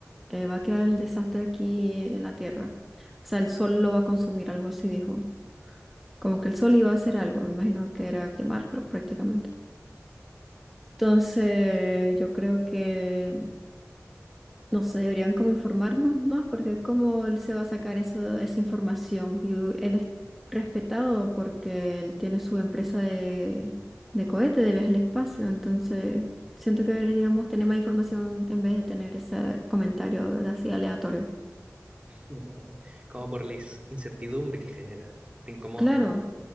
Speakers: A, in the centre; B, on the right.
A: eh, va a quedar el desastre aquí en la Tierra. O sea, el sol lo va a consumir, algo así dijo. Como que el sol iba a hacer algo, me imagino que era quemarlo prácticamente. Entonces, yo creo que No sé, deberían como informarnos más, porque cómo él se va a sacar eso, esa información. Y u- él es respetado porque él tiene su empresa de, de cohete, de viaje al espacio. Entonces, siento que deberíamos tener más información en vez de tener ese comentario así aleatorio.
B: <laughs> Como por la is- incertidumbre que genera. Te incomoda.
A: Claro,